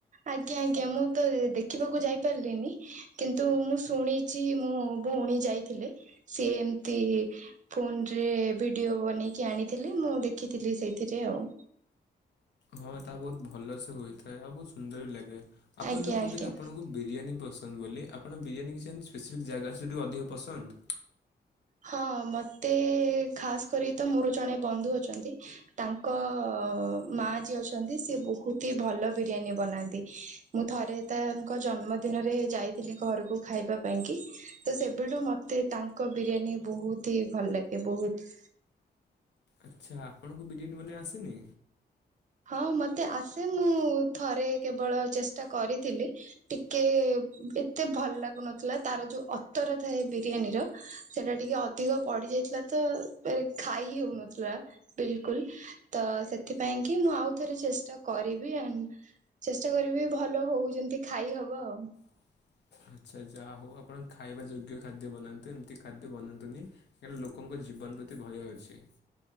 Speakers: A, on the right (about 45°); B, on the left (about 80°).
A: ଆଜ୍ଞା ଆଜ୍ଞା ମୁଁ ତ ଦେଖିବାକୁ ଯାଇପାରିଲିନି କିନ୍ତୁ ମୁଁ ଶୁଣିଛି ମୋ ଭଉଣୀ ଯାଇଥିଲେ। ସିଏ ଏମିତି ଫୋନରେ ଭିଡିଓ ବନେଇକି ଆଣିଥିଲି ମୁଁ ଦେଖିଥିଲି ସେଇଥିରେ। <unintelligible>
B: ହଁ ତା ବହୁତ ଭଲସେ ହୋଇଥାଏ। ଥାଏ ଆଉ ବହୁତ ସୁନ୍ଦର ବି ଲାଗେ ଆପଣ
A: ଆଜ୍ଞା
B: ଯୋଉ କହୁଥିଲେ
A: ଆଜ୍ଞା
B: କି ଆପଣଙ୍କୁ ବିରିୟାନୀ ପସନ୍ଦ ବୋଲି ଆପଣ ବିରିୟାନୀ କିଛି ଏମିତି ସ୍ପେସିଫିକ୍ ଜାଗା ଅଛି ଯୋଉଟାକି ଅଧିକ ପସନ୍ଦ?
A: ହଁ ମତେ ଖାସ୍ କରି ତ ମୋର ଜଣେ ବନ୍ଧୁ ଅଛନ୍ତି ତାଙ୍କ ଅ ମା ଯିଏ ଅଛନ୍ତି ସିଏ ବହୁତି ହି ଭଲ ବିରିୟାନୀ ବନାନ୍ତି ମୁଁ ଥରେ ତାଙ୍କ ଜନ୍ମ ଦିନରେ ଯାଇଥିଲି ଘରକୁ ଖାଇବା ପାଇଁକି ତ ସେବେଠୁ ମତେ ତାଙ୍କ ବିରିୟାନୀ ବହୁତି ହି ଭଲ ଲାଗେ ବହୁତ।
B: ଆଚ୍ଛା ଆପଣଙ୍କୁ ବିରିୟାନୀ ବନେଇ ଆସେନି?
A: ହଁ ମତେ ଆସେ ମୁଁ ଥରେ କେବଳ ଚେଷ୍ଟା କରିଥିଲି ଟିକେ ଏତେ ଭଲ ଲାଗୁନଥିଲା ତାର ଯୋଉ ଅତର ଥାଏ ବିରିୟାନୀର ସେଟା ଟିକେ ଅଧିକ ପଡିଯାଇଥିଲା ତ ଖାଇ ହେଉନଥିଲା ବିଲକୁଲ ତ ସେଥିପାଇଁ କି ମୁଁ ଆଉ ଥରେ ଚେଷ୍ଟା କରିବି ଏଣ୍ଡ୍ ଚେଷ୍ଟା କରିବି ଭଲ ହଉ ଯେମିତି ଖାଇହବ ଆଉ
B: <inaudible> ଆଚ୍ଛା ଯାହା ହଉ ଆପଣ ଖାଇବା ଯୋଗ୍ୟ ଖାଦ୍ୟ ବନାନ୍ତୁ ଏମିତି ଖାଦ୍ୟ ବନାନ୍ତୁନି, କାହିଁକିନା ଲୋକଙ୍କ ଜୀବ ଜୀବନ ପ୍ରତି ଭୟ ଅଛି।